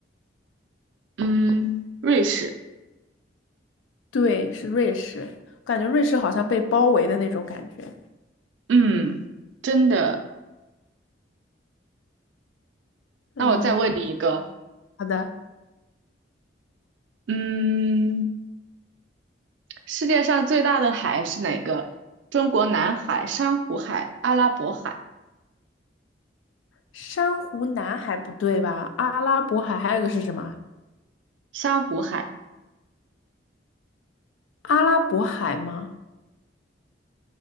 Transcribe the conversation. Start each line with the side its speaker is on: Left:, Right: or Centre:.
Right: 嗯，瑞士。
Left: 对，是瑞士。感觉瑞士好像被包围的那种感觉。
Right: 嗯，真的。
Left: 嗯，
Right: 那我再问你一个。
Left: 好的。
Right: 嗯。世界上最大的海是哪个？中国南海、珊瑚海、阿拉伯海、
Left: 珊瑚南海不对吧？阿拉伯海还有一个是什么？
Right: 珊瑚海。
Left: 阿拉伯海吗？